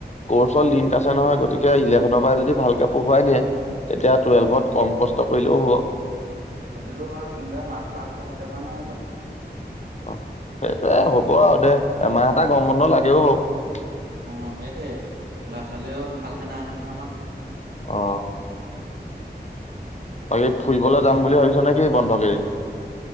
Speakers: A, on the left; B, on the right.
A: কোৰ্চ লিংক আছে নহয় গতিকে ইলেভেনৰ পৰা যদি পঢ়ায় নিয়ে তেতিয়া টুৱেলভত
B: অ'
A: কম কষ্ট কৰিলেও হ'ব
B: সেইটোতো হয় কিন্তু আমাৰ ক্লাছ ভালকে হোৱা নাই এবাৰ
A: অ', সেইটোয়ে হব আৰু দে এমাহ এটা গৰম বন্ধ লাগেও বাৰু
B: অ', সেইটে ল'ৰা ছোৱালীও ভালকে নাই অহা নহয় আমাৰ
A: অ বাকী ফুৰিবলৈ যাম বুলি ভাবিছ নে কি বন্ধ কেইদিন